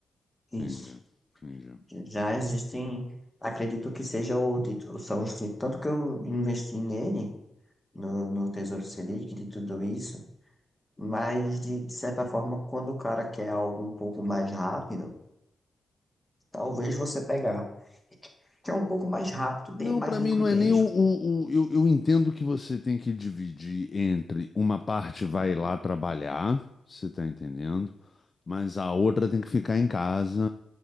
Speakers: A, on the left (about 15°); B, on the left (about 40°).
A: isso.
B: Entendi, entendi.
A: Já existem, acredito que seja o, tit- são os, tit- tanto que eu investi nele, no, no Tesouro Selic, de tudo isso. Mas, de, de certa forma, quando o cara quer algo um pouco mais rápido, talvez você pegar. Que é um pouco mais rápido, tem
B: Não,
A: mais
B: para
A: liquidez.
B: mim não é nem o, o- o- eu, eu entendo que você tem que dividir entre uma parte vai lá trabalhar, você tá entendendo, mas a outra tem que ficar em casa